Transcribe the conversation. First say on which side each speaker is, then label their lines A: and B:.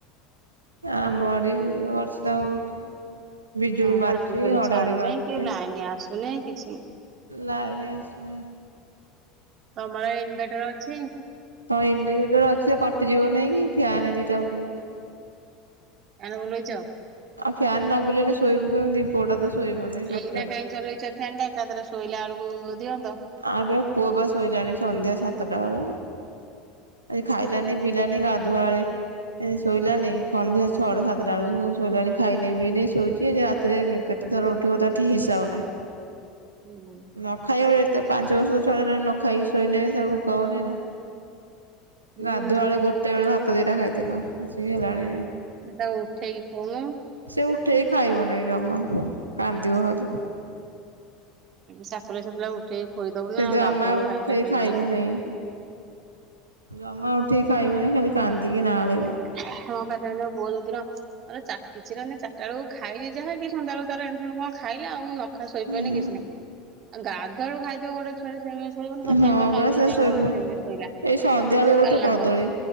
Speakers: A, on the right; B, on the right.
A: ଆମ ଆଡେ ବି ବର୍ଷା ହଉଛି ଯେ ବିଜୁଳି
B: ହଁ
A: ମାରୁଚି,
B: ଭାତ ସରି
A: ଘଡଘଡି
B: ଛାଡୁନି
A: ମାରୁଚି
B: କି ଲାଇନ ଆସୁନି କିଛି ନାହିଁ।
A: ଲାଇନ୍ ଆସୁନାହିଁ।
B: ତମର ଇନଭେଟର ଅଛି?
A: ହଁ ଇନ୍ଡିଭେଟର ଅଛି ଯେ କଟିଯିବ ନାଇଁ କି, ଫ୍ୟାନ୍ ଦିଟା ବୁଲୁ
B: ଫ୍ୟାନ ବୁଲେଇଚ?
A: ଆଉ ଫ୍ୟାନ୍ ନ ବୁଲେଇଲେ ଶୋଇବୁ କେମିତି? ପୁଅଟା ତ ଶୋଇବନି। ଟୋଟାଲି।
B: ଏଇନା କାହିଁ ଚଲେଇଛ ଫ୍ୟାନଟା, ଏକାଥରେ ଶୋଇଲା ବେଳକୁ ଦିଅନ୍ତ।
A: ଆବେ ପୁଅ ବା ଶୋଇଲାଣି ସନ୍ଧ୍ୟା ସାତଟା ବେଳୁ ଆଜି ଖାଇଲାନି ପି ଲାନି ଗାଧୁଆବେଳେ। ଏ ଶୋଇଲାନି ସନ୍ଧ୍ୟା ଛଅଟା ସାତଟା ବେଳୁ ଶୋଇଲାଣି ଖାଇନି ପିଇନି ଶୋଇଛି <unintelligible> <unintelligible> କେତେ ଥର ଉଠିବ ତାଠି ହିସାବ ନାହିଁ।
B: ହୁଁ।
A: ନ ଖାଇବ ଏତେ ପାଞ୍ଚ ବର୍ଷ ଛଡ ନ ଖାଇ ଶୋଇନ ସବୁ କଉନି ନା
B: ହୁଁ
A: ଗାଧୁଆ ବେଳେ ଗୋଟେ ବେଳକୁ ଭାତ ଦିଟା ଖାଇଦେଲ ଆସିକି ହେଲାଣି
B: ଆ ତାକୁ ଉଠେଇକି କହୁନୁ।
A: ସେ ଉଠେଇ ଖାଇବନି ଜମା କାନ୍ଦିବ ହେଲେ
B: ସାପୁଲି ସାଆ ଉଠେଇି ଖୋଇଦବୁ
A: ସେ
B: ନା
A: ଜମା
B: ଗାଧୁଆଳୁ
A: ଉଠେଇ
B: ଖାଇକ ଖାଇକ
A: ଖାଇବ
B: ରହିବ ନା
A: ନାହିଁ। ଜମା ଉଠିକି ଖାଇବନି ଖାଲି କାନ୍ଦିକି <unintelligible>
B: <unintelligible> <unintelligible> କିଛି ରହେ ଚାରିଟା ବେଳକୁ ଖାଇଲି ଯାହାକି ସନ୍ଦ୍ୟା ବେଳକୁ ତାର ଏଣୁ ସେଣୁ କଣ ଖାଇଲା ଆଉ ଖା ଶୋଇପଇଲେ
A: ହୁଁ
B: କିଛି ନାହିଁ ଆଉ ଗାଧୁଆ ବେଳୁ ଖାଇ ତୁ ଗୋଟେ ଛୁଆଟେ ସେମିତି ଶୋଇବନି ତଥାପି
A: ହଁ
B: ତ
A: ବା
B: କାଲି
A: ସେ
B: ନା
A: ଶୋଇବ
B: କଣ ସେଇତି ଶୋଇଲା।
A: ଏଇ ସନ୍ଧ୍ୟାରେ ଗୋଟେ
B: କାଲି ନା
A: କଦଳୀ